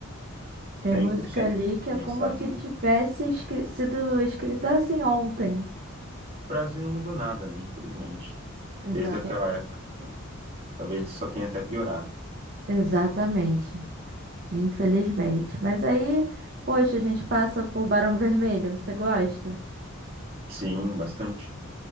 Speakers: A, on the right (about 45°); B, on the right (about 30°).
A: Tem
B: 100%.
A: música ali que
B: A
A: é
B: mensagem
A: como se tivesse escri- sido escrita assim ontem.
B: O Brasil não mudou nada, né? Infelizmente.
A: Exatamente.
B: Desde aquela época. tá? Talvez só tenha até piorado.
A: Exatamente. Infelizmente. Mas aí, poxa, a gente passa por Barão Vermelho. Você gosta?
B: Sim, bastante.